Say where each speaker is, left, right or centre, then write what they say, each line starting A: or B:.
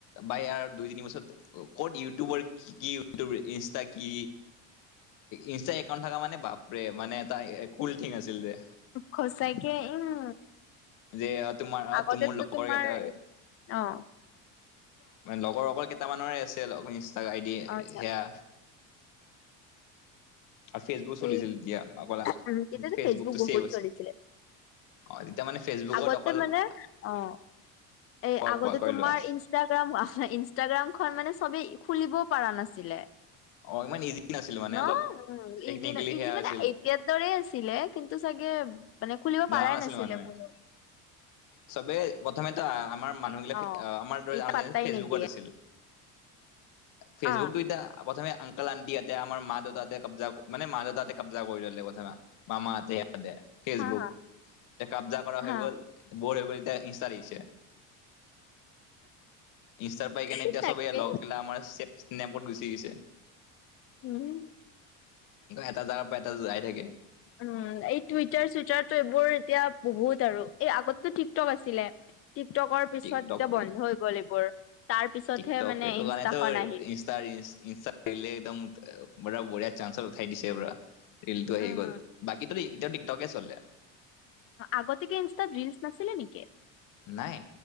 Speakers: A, on the left; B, on the left.
A: বা ইয়াৰ দুই, তিনি বছৰত, ক'ত ইউটিউবৰ কি ইউটিউব ইনষ্টা কি, ইনষ্টা একাউণ্ট থকা মানে বাপৰে মানে এটা কুল ঠিং আছিল ৰে।
B: খচাকে উম
A: যে তোমাৰ
B: আগতেতো
A: মোৰ লগৰ
B: তোমাৰ
A: কেইটা
B: অহ।
A: মনে লগৰ অকল কেইটামানৰ ইনষ্টা আই ডি
B: অ' আচ্ছা
A: সেয়া। ফেচবুক চলিছিল
B: এই,
A: তেতিয়া অকল
B: তেতিয়া
A: ফেচবুকটো
B: ফেচবুক বহুত
A: ছেভ আছে
B: চলিছিলে।
A: অ তেতিয়া মানে ফেচবুকত
B: আগতে
A: অকল
B: মানে অ' এ
A: কোৱা
B: আগতে
A: কোৱা কৈ
B: তোমাৰ
A: লোৱা
B: ইনষ্টাগ্ৰাম ইনষ্টাগ্ৰাম খন মানে চবেই খুলিবও পাৰা নাছিলে।
A: অ ইমান ইজি নাছিল মানে,
B: ন
A: অলপ টেকনিকেলি
B: ইজি ন ইজি
A: সেয়া
B: মানে
A: আছিল
B: এতিয়াৰ দৰে আছিলে, কিন্তু চাগে মানে খুলিব
A: জনা
B: পাৰাই
A: নাছিল
B: নাছিলে
A: মানুহে
B: কোনোৱে
A: চবে প্ৰথমেটো আমাৰ মানুহবিলাক
B: অ
A: আমাৰ দৰে
B: ই পাত্তাই
A: যে ফেচবুকত
B: নিদিয়ে
A: আছিল। ফেচবুকটো
B: অ
A: এতিয়া প্ৰথমে আংকাল আন্টিহঁতে, আমাৰ মা-দেউতাহঁত কব্জা, মানে মা-দেউতাহঁতে কব্জা কৰি ল'লে প্ৰথমে, মামাহঁতে দে, ফেচবুক
B: হা হা
A: এয়া কাব্জা কৰা হৈ
B: হা
A: গ'ল। বৰ হৈ গ'ল, এতিয়া ইষ্টাট আহিৰিছে। ইষ্টাৰ পাই কেনে
B: ঠিক
A: এতিয়া
B: থাকে
A: চবেই লগ গিলা আমাৰ নেমপত গুচি গৈছে,
B: উম
A: এটা জাগাৰ পৰা এটা যায় থাকে।
B: উম' এই টুইটাৰ-চুইটাৰটো এইবোৰ এতিয়া বহুত আৰু, এই আগতেতো টিক-টক আছিলে। টিক-টক ৰ পিছত
A: টিকটকটো
B: এতিয়া বন্ধ হৈ গ'ল এইবোৰ। তাৰ পিছতহে
A: টিক-টক
B: মানে
A: এইটো
B: ইনষ্টাখন
A: কনেটো
B: আহিল
A: ইনষ্টা ইনষ্টা ৰিলে একদম পোৰা বঢ়িয়া চান্সত উঠাই দিছে পোৰা, ৰিল টো আহি
B: উম
A: গ'ল, বাকী ততি এতিয়া টিক-টকে চলে।
B: আগতে কি ইনষ্টাত ৰিলচ নাছিলে নেকি?
A: নাই